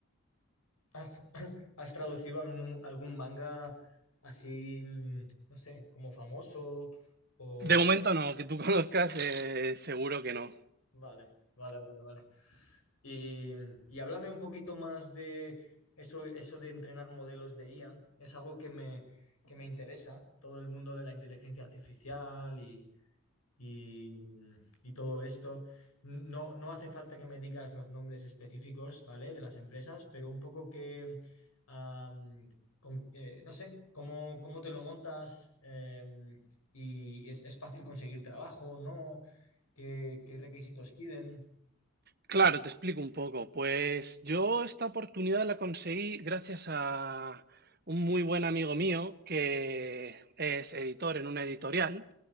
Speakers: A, on the left; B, on the right.
A: ¿Has, <laughs> has traducido algún, algún manga así, mm, no sé, como famoso? O...
B: de momento no, que tú <laughs> conozcas, eh, seguro que no.
A: Vale, vale, vale, vale. Y, y háblame un poquito más de eso, eso de entrenar modelos de IA. Es algo que me, que me interesa, todo el mundo de la inteligencia artificial y, y- y todo esto. No, no hace falta que me digas los nombres específicos, ¿vale? De las empresas, pero un poco que, am, con- eh, no sé, cómo, cómo te lo montas em, y es, es fácil conseguir trabajo, ¿no? ¿Qué, qué requisitos piden?
B: Claro, te explico un poco. Pues yo esta oportunidad la conseguí gracias a un muy buen amigo mío que es editor en una editorial